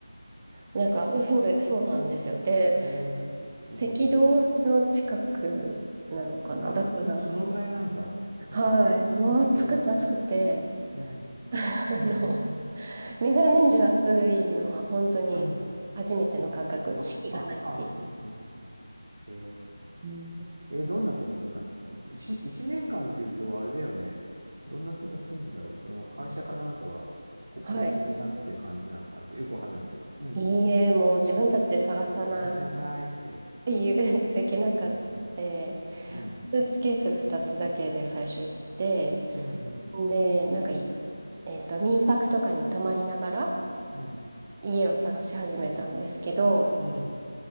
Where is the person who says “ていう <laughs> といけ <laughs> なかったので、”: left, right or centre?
Right